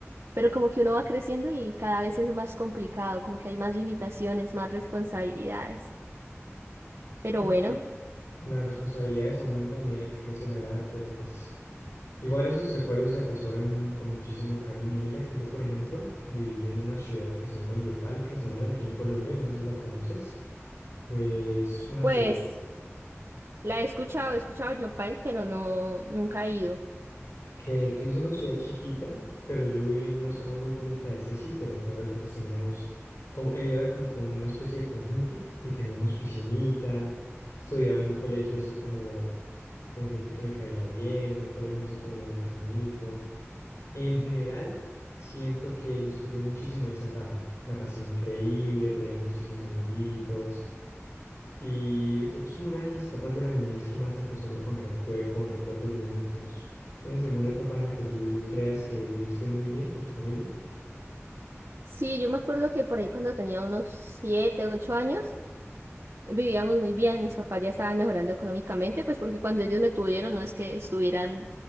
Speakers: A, on the right (about 65°); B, on the left (about 70°).
A: pero como que uno va creciendo y cada vez es más complicado, como que hay más limitaciones, más responsabilidades. Pero
B: Claro,
A: bueno,
B: las responsabilidades aumentan a medida que crece la edad, pero pues igual esos recuerdos se atesoran con muchísimo cariño. Mira que yo, por ejemplo, viví en una ciudad que se llama Yopal, Casanare, aquí en Colombia, no sé si la conoces. Es una
A: pues
B: ciudad
A: la he escuchado, he escuchado Yopal, pero no, nunca he ido.
B: que, que es una ciudad chiquita, pero yo viví en una zona muy bonita de ese sitio. Recuerdo que pues teníamos, como, era como con una especie de conjunto y teníamos piscinita, estudiaba en un colegio así como con gente que me caía bien, en un colegio así como medio finito. En general, siento que disfruté muchísimo de esa etapa. La pasé increíble, tenía muchísimos amiguitos y fue, es como una de las etapas de la niñez que más atesoro con, recue- con recuerdos bonitos. ¿Tienes alguna etapa en la que tú creas que viviste muy bien con tu familia?
A: Sí, yo me acuerdo que por ahí cuando tenía unos siete, ocho años, vivíamos muy bien, mis papás ya estaban mejorando económicamente, pues porque cuando ellos me tuvieron no es que estuvieran